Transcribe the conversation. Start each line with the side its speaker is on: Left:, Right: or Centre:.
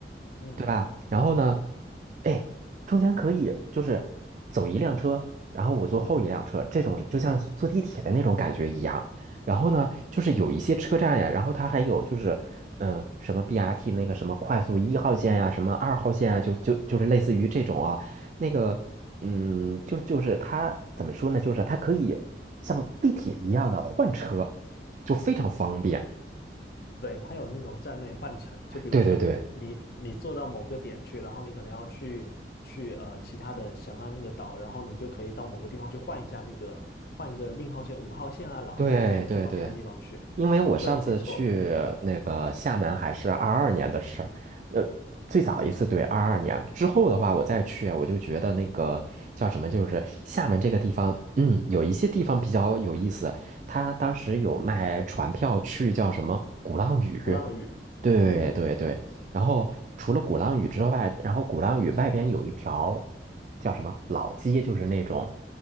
Left: 嗯。
Right: 对吧？然后呢，哎，中间可以就是走一辆车，然后我坐后一辆车，这种就像坐地铁的那种感觉一样。然后呢，就是有一些车站呀，然后它还有就是，嗯、什么 BRT 那个什么快速一号线呀，什么二号线啊，就就就是类似于这种啊，那个，嗯，就就是它怎么说呢？就是它可以像地铁一样的换车，就非常方便。
Left: 对，它有那种站内换乘，就比如说你你你坐到某个点去，
Right: 对对对
Left: 然后你可能要去去呃其他的翔安那个岛，然后你就可以到某个地方去换一下那个换一个令号线、五号线啊，然后你再坐坐到别的地方去。
Right: 对对对。因为我上次去那个厦门还是二二年的事儿，
Left: 对，没错，
Right: 呃，最早一次对二二年之后的话，我再去啊，我就觉得那个叫什么，就是厦门这个地方，嗯，有一些地方比较有意思。他当时有卖船票去叫什么鼓浪屿，
Left: 鼓浪屿，
Right: 对对对。
Left: 嗯
Right: 然后除了鼓浪屿之外，然后鼓浪屿外边有一条叫什么老街，就是那种